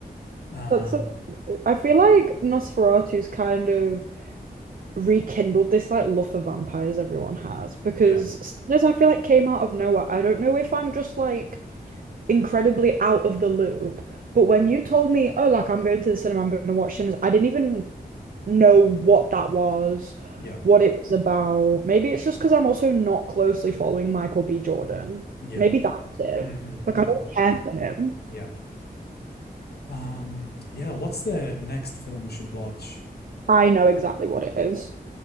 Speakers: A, on the left; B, on the right.
A: Um,
B: That's so. I feel like Nosferatu's kind of rekindled this like love for vampires everyone has because
A: yeah,
B: Sinners I feel like came out of nowhere. I don't know if I'm just like incredibly out of the loop. But when you told me, oh, like I'm going to the cinema, I'm going to watch Sinners, I didn't even know what that was,
A: yeah,
B: what it was about. Maybe it's just because I'm also not closely following Michael B. Jordan.
A: yeah.
B: Maybe that's it.
A: hmm
B: Like
A: hmm
B: I don't care for him.
A: yeah. Um, yeah, what's the next film we should watch?
B: I know exactly what it is.